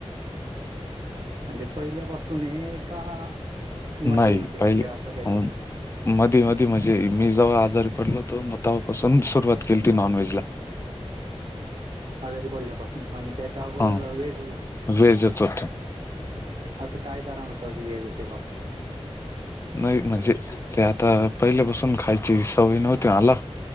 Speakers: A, on the right; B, on the left.
A: म्हणजे पहिल्यापासून आहे का, मध्ये
B: नाही
A: मध्ये
B: पहिले
A: किंवा असं काही?
B: अं, मधी मधी म्हणजे, मी जेव्हा आजारी पडलो होतो, मग तेव्हापासून सुरुवात केलती नॉनव्हेज ला.
A: आजारी पडल्यापासून, म्हणजे त्याच्या अगोदर
B: हा
A: व्हेजच होते.
B: व्हेजच होतो.
A: असं काय कारण होतं की, व्हेज हे ते बस
B: नाही म्हणजे, ते आता पहिल्यापासून खायची सवय नव्हती आला.